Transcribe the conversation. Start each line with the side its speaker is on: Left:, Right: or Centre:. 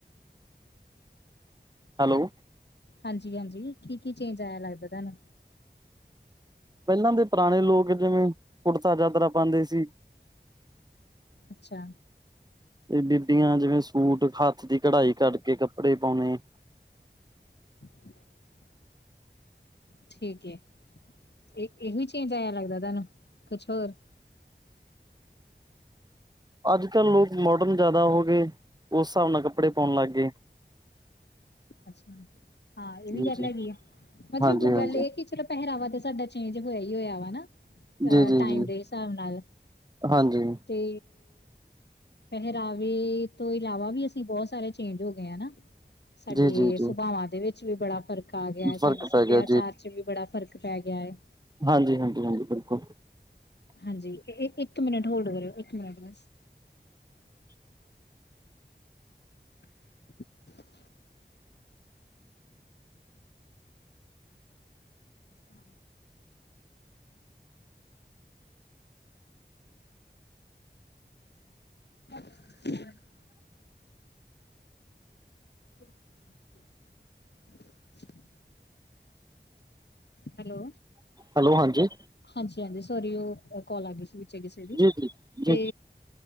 Right: ਹੈਲੋ।
Left: ਹਾਂਜੀ-ਹਾਂਜੀ, ਕੀ-ਕੀ ਚੇਂਜ ਆਇਆ ਲੱਗਦਾ ਤੁਹਾਨੂੰ?
Right: ਪਹਿਲਾਂ ਦੇ ਪੁਰਾਣੇ ਲੋਕ ਜਿਵੇਂ ਕੁਰਤਾ ਜਾਤਰਾ ਪਾਉਂਦੇ ਸੀ।
Left: ਅੱਛਾ।
Right: ਤੇ ਬੀਬੀਆਂ ਜਿਵੇਂ ਸੂਟ ਹੱਥ ਦੀ ਕਢਾਈ ਕੱਢਕੇ ਕੱਪੜੇ ਪਾਉਣੇ।
Left: <unintelligible> ਠੀਕ ਇਹ, ਇਹ ਵੀ ਚੇਂਜ ਆਇਆ ਲੱਗਦਾ ਤੁਹਾਨੂੰ ਕੁਛ ਹੋਰ
Right: ਅੱਜ-ਕੱਲ੍ਹ ਲੋਕ ਮੋਡਰਨ ਜ਼ਿਆਦਾ ਹੋ ਗਏ ਉਸ ਹਿਸਾਬ ਨਾਲ ਕੱਪੜੇ ਪਾਉਣ ਲੱਗ ਗਏ।
Left: ਅੱਛਾ ਹਾਂ ਇਹ ਵੀ
Right: ਜੀ
Left: ਗੱਲ
Right: ਜੀ
Left: ਹੈਗੀ ਆ ਮਤਲਬ
Right: ਹਾਂਜੀ ਹਾਂਜੀ
Left: ਗੱਲ ਇਹ ਕਿ ਚਲੋ ਪਹਿਰਾਵਾ ਤੇ ਸਾਡਾ ਚੇਂਜ ਹੋਇਆ ਹੀ ਹੋਇਆ ਵਾ ਨਾ।
Right: ਜੀ
Left: ਅ
Right: ਜੀ
Left: ਟਾਈਮ
Right: ਜੀ
Left: ਦੇ ਹਿਸਾਬ ਨਾਲ।
Right: ਹਾਂਜੀ
Left: ਤੇ ਪਹਿਰਾਵੇ ਤੋਂ ਇਲਾਵਾ ਵੀ ਅਸੀਂ ਬਹੁਤ ਸਾਰੇ ਚੇਂਜ ਹੋ ਗਏ ਹੈਨਾ। ਸਾਡੇ
Right: ਜੀ ਜੀ ਜੀ
Left: ਸੁਭਾਵਾਂ ਦੇ ਵਿੱਚ ਵੀ ਬੜਾ ਫ਼ਰਕ ਆ ਗਿਆ,
Right: ਫ਼ਰਕ
Left: ਸਾਡੇ ਸੱਭਿਆਚਾਰ
Right: ਪੈ ਗਿਆ
Left: ਚ ਵੀ ਬੜਾ ਫਰਕ ਪੈ ਗਿਆ ਹੈ।
Right: ਹਾਂਜੀ-ਹਾਂਜੀ-ਹਾਂਜੀ ਬਿਲਕੁਲ।
Left: ਹਾਂਜੀ, ਇੱਕ ਮਿੰਟ ਹੋਲਡ ਕਰਿਓ ਇੱਕ ਮਿੰਟ ਬਸ‌ <unintelligible> ਹਾਂ <unintelligible> ਹਮ ਹਮ <unintelligible> ਹੈਲੋ।
Right: ਹੈਲੋ, ਹਾਂਜੀ।
Left: ਹਾਂਜੀ-ਹਾਂਜੀ, ਸੋਰੀ ਉਹ ਕੋਲ ਆ ਗਈ ਸੀ ਵਿੱਚ ਕਿਸੇ ਦੀ
Right: ਜੀ ਜੀ ਜੀ
Left: ਤੇ